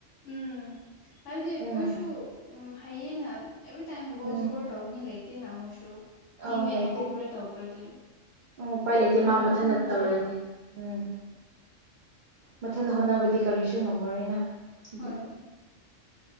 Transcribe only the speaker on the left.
ꯎꯝ ꯍꯥꯏꯕꯗꯤ
ꯃꯣꯏꯁꯨ
ꯎꯝ ꯍꯌꯦꯡꯅ ꯑꯦꯕ꯭ꯔꯤꯇꯥꯏꯝ ꯒꯣꯜ
ꯁꯀꯣꯔ ꯇꯧꯅꯤ ꯂꯩꯇꯦꯅ ꯃꯣꯏꯁꯨ
ꯇꯤꯝꯃꯦꯠꯅ
ꯀꯣꯑꯣꯄꯔꯦꯠ ꯇꯧꯗ꯭ꯔꯗꯤ
ꯃꯣꯏ
ꯃꯊꯟꯅ
ꯍꯣꯏ